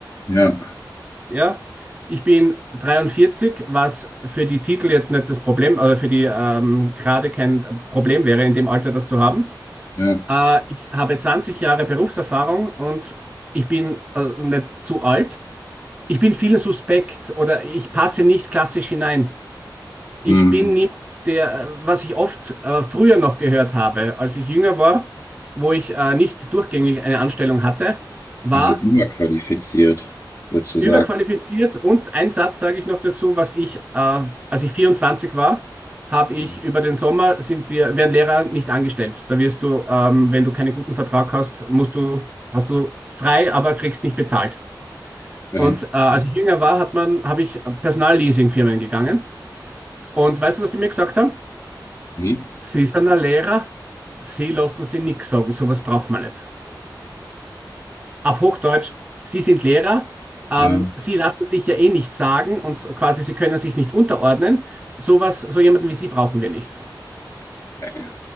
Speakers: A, on the left (about 40°); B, on the right (about 15°).
A: Ja,
B: Ja, ich bin 43, was für die Titel jetzt nicht das Problem, oder für die ähm, gerade kein Problem wäre, in dem Alter das zu haben.
A: ja.
B: Äh, ich habe 20 Jahre Berufserfahrung und ich bin äh, nicht zu alt. Ich bin vielen suspekt oder ich passe nicht klassisch hinein. Ich
A: Mhm.
B: bin niemand, der, äh, was ich oft äh, früher noch gehört habe, als ich jünger war, wo ich äh, nicht durchgängig eine Anstellung hatte, war,
A: Also überqualifiziert, würdest sozusagen.
B: Überqualifiziert und ein Satz sage ich noch dazu, was ich, äh, als ich 24 war, habe
A: Mhm.
B: ich über den Sommer sind dir, werden Lehrer nicht angestellt. Da wirst du, ähm, wenn du keinen guten Vertrag hast, musst du, hast du frei, aber kriegst nicht bezahlt.
A: Okay.
B: Und äh, als
A: Ja.
B: ich jünger war, hat man, habe ich Personalleasingfirmen gegangen. Und weißt du, was die mir gesagt haben?
A: Nee.
B: Sie sind ein Lehrer, sie lassen sie nichts sagen, sowas braucht man nicht. auf Hochdeutsch, Sie sind Lehrer, ähm,
A: Ja.
B: Sie lassen sich ja eh nichts sagen und quasi Sie können sich nicht unterordnen. Sowas, so jemanden wie Sie brauchen wir nicht.
A: Okay.